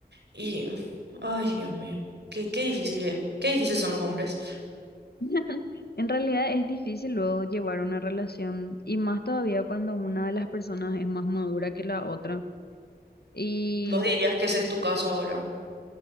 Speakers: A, on the right; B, on the left.
A: Y, ay, Dios mío, qué, qué difícil, que- qué difícil son los hombres.
B: <laughs> En realidad es difícil luego llevar una relación y más todavía cuando una de las personas es más madura que la otra. Y
A: Vos dirías que ese es tu caso ahora.